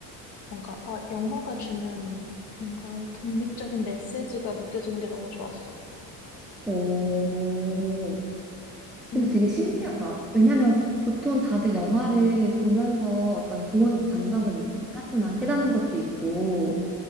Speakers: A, on the left (about 50°); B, in the centre.
A: 뭔가, 아, 영화가 주는 뭔가 독립적인 메시지가 느껴지는 게 너무 좋았어.
B: 오,
A: 응,
B: 근데 되게 신기하다. 왜냐면 보통 다들 영화를 보면서 어떤 좋은 감정을
A: 응,
B: 느끼긴 하지만 깨닫는 것도 있고,